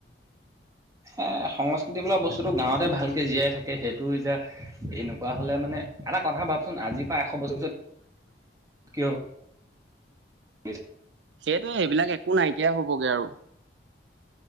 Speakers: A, on the right; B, on the right.
A: এ সংস্কৃতি বোলা বস্তুটো গাঁৱতে ভালকে জীয়াই থাকে, সেইটো যে এনেকুৱা হলে মানে এটা কথা ভাবচোন, আজিৰ পৰা এশ বছৰ পিছত
B: <unintelligible>
A: কিয় ব <inaudible>
B: সেইটোৱে এইবিলাক একো নাইকিয়া হবগে আৰু